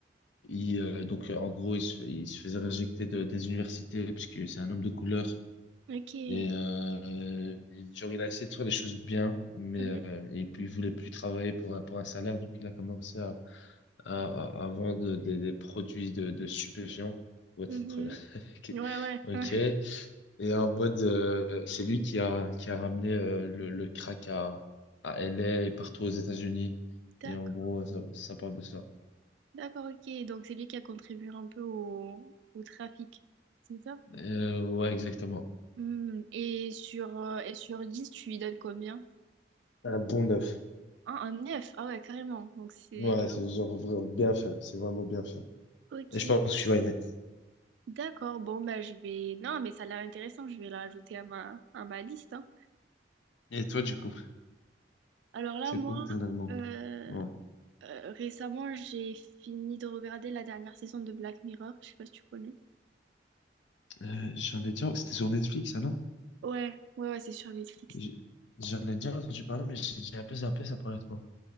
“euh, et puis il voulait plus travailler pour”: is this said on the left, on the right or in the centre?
Left